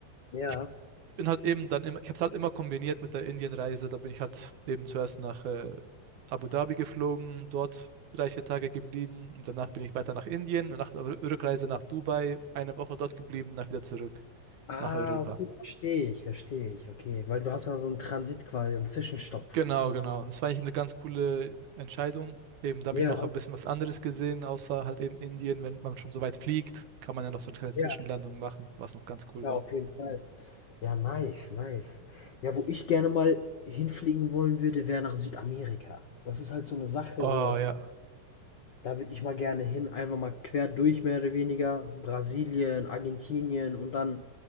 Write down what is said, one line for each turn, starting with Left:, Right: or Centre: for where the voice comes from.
Left: Ja.
Right: Ich bin halt eben dann immer, ich habe es halt immer kombiniert mit der Indienreise. Da bin ich halt eben zuerst nach äh, Abu Dhabi geflogen, dort drei, vier Tage geblieben und danach bin ich weiter nach Indien und nach der Rückreise nach Dubai eine Woche dort geblieben, nach wieder zurück
Left: Ah,
Right: nach Europa.
Left: okay, verstehe ich, verstehe ich. Okay, weil du hast dann so einen Transit quasi, so einen Zwischenstopp.
Right: Genau, genau. Das war eigentlich eine ganz coole Entscheidung. Eben, da habe
Left: Ja,
Right: ich noch ein bisschen was anderes gesehen, außer halt eben Indien. Wenn man schon so weit fliegt, kann man ja noch so eine kleine Zwischenlandung
Left: ja,
Right: machen, was noch ganz cool
Left: ja,
Right: war.
Left: auf jeden Fall. Ja, nice, nice. Ja, wo ich gerne mal hinfliegen wollen würde, wäre nach Südamerika. Das ist halt so eine Sache,
Right: Oh
Left: so
Right: ja.
Left: Da würde ich mal gerne hin, einfach mal quer durch mehr oder weniger. Brasilien, Argentinien und dann,